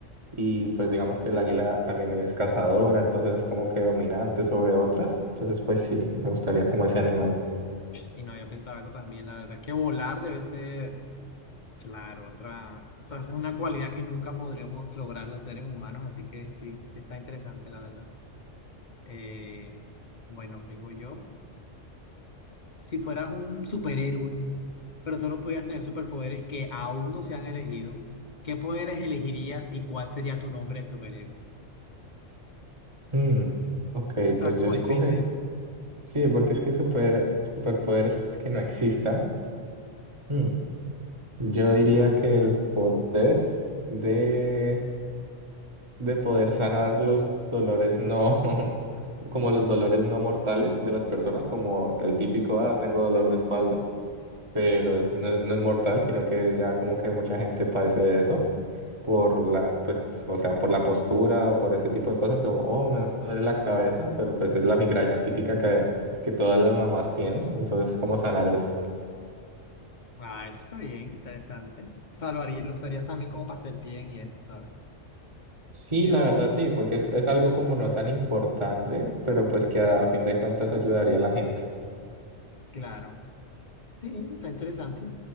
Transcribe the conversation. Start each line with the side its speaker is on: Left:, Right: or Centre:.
Right: y pues digamos que el águila también es cazadora, entonces es como que dominante sobre otras, entonces pues sí, me gustaría como ese animal.
Left: y no había pensado eso también, la verdad, que volar debe ser, claro, otra, o sea, es una cualidad que nunca podremos lograr los seres humanos, así que sí, sí está interesante, la verdad. Eh, bueno, vengo yo. Si fueras un superhéroe, pero solo pudieras tener superpoderes que aún no se han elegido, ¿qué poderes elegirías y cuál sería tu nombre de superhéroe?
Right: Mm, ok,
Left: Eso está
Right: pues
Left: como
Right: yo escoge,
Left: difícil.
Right: sí, porque es que super, superpoderes que no existan, Mm, yo diría que el poder de... de poder sanar los dolores no, <laughs> como los dolores no mortales de las personas, como el típico, ah, tengo dolor de espalda, pero es- no, es no es mortal, sino que ya como que mucha gente padece de eso por la, pues, o sea, por la postura o por ese tipo de cosas, o, oh, me duele la cabeza, pero pues es la migraña típica que, que todas las mamás tienen, entonces, ¿cómo sanar eso?
Left: Ah, eso está bien, interesante. O sea, lo haría, los harías también como para hacer bien y eso, ¿sabes?
Right: Sí,
Left: Yo,
Right: la verdad sí, porque es, es algo como no tan importante, pero pues que a fin de cuentas ayudaría a la gente.
Left: claro. Sí, está interesante.